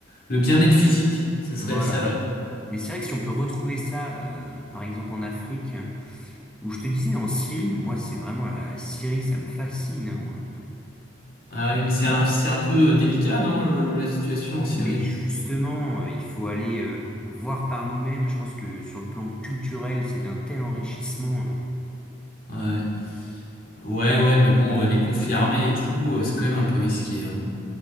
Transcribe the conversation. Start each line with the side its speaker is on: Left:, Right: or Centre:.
Left: le bien-être physique, ce serait
Centre: voilà.
Left: ça le rêve.
Centre: Mais c'est vrai que si on peut retrouver ça, euh, par exemple en Afrique, où je te disais en Syrie, moi c'est vraiment la, la Syrie, ça me fascine. hein.
Left: Ah ouais, mais c'est un, c'est un peu euh, délicat, non, le- la situation en
Centre: Mais
Left: Syrie?
Centre: justement, euh, il faut aller euh, voir par nous-mêmes. Je pense que sur le plan culturel, c'est d'un tel enrichissement. euh,
Left: Ouais, ouais, ouais, mais bon, euh, les conflits armés et tout, euh, c'est quand même un peu risqué, hein.